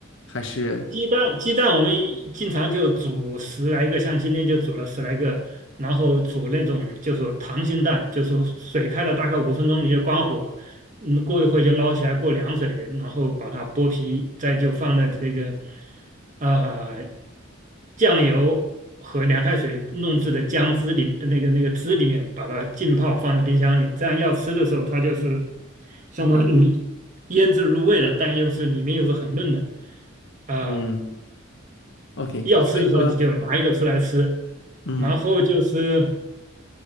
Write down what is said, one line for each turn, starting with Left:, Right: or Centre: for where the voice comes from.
Left: 还是
Right: 鸡蛋鸡蛋我们一经常就煮十来个，像今天就煮了十来个，然后煮那种就是说溏心蛋，就是说水开了大概五分钟你就关火，嗯，过一会就捞起来过凉水，然后把它剥皮，再就放在这啊、呃酱油和凉开水弄制的姜汁里那个那个汁里面把它浸泡放在冰箱里，这样要吃的时候它就是相当于腌制入味了，但又是里面又是很嫩的。啊、
Left: 嗯
Right: 呃
Left: ，OK，
Right: 要吃的时候你就拿一个出来吃，
Left: 所以说嗯
Right: 然后就是